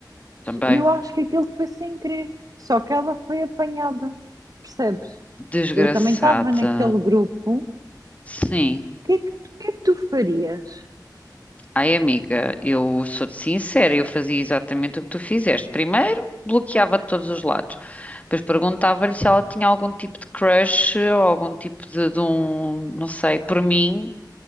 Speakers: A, on the left; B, on the right.
A: Também.
B: E eu acho que aquilo foi sem querer, só que ela foi apanhada, percebes?
A: Desgraçada.
B: Eu também estava naquele grupo. O
A: Sim.
B: que é que, o que é que tu farias?
A: Ai, amiga, eu sou-te sincera, eu fazia exatamente o que tu fizeste. Primeiro, bloqueava de todos os lados. Depois perguntava-lhe se ela tinha algum tipo de crush ou algum tipo de, de um, não sei, por mim.